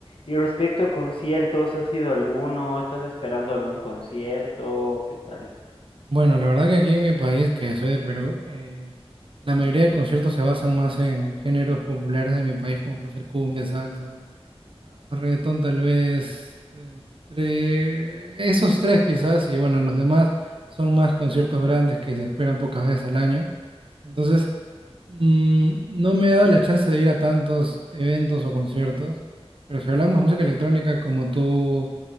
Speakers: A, on the left (about 60°); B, on the right (about 55°).
A: Y respecto a conciertos, ¿has ido a alguno? ¿Estás esperando algún concierto? ¿Qué tal?
B: Bueno, la verdad que aquí en mi país, que soy de Perú, eh, la mayoría de conciertos se basan más en géneros populares de mi país, como puede ser cumbia, salsa Reggaetón tal vez entre esos tres quizás y bueno, los demás son más conciertos grandes que se esperan pocas veces al año. Entonces, mm, no me he dado la chance de ir a tantos eventos o conciertos, pero si hablamos de música electrónica, como tú